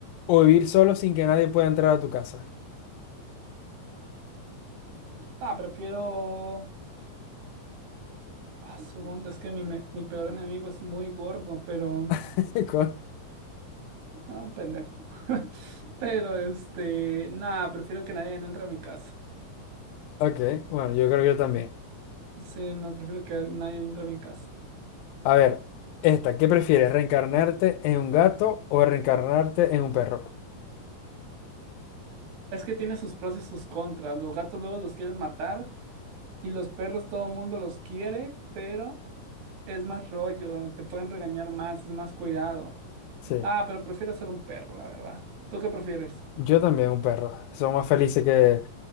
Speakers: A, on the left (about 80°); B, on the right (about 80°).
A: o vivir solo sin que nadie pueda entrar a tu casa?
B: Ah, prefiero... Ah, su onda, es que mi, me- mi peor enemigo es muy gordo, pero
A: <laughs> Con-
B: Ah, un pendejo. <laughs> Pero este, nada, prefiero que nadie entre a mi casa.
A: Ok, bueno, yo creo que yo también.
B: Sí, no, prefiero que nadie entre a mi casa.
A: A ver, esta, ¿qué prefieres? ¿Reencarnarte en un gato o reencarnarte en un perro?
B: Es que tiene sus pros y sus contras. Los gatos luego los quieren matar y los perros todo el mundo los quiere, pero es más rollo, te pueden regañar más, es más cuidado.
A: Sí,
B: Ah, pero prefiero ser un perro, la verdad. ¿Tú qué prefieres?
A: yo también un perro. Son más felices que...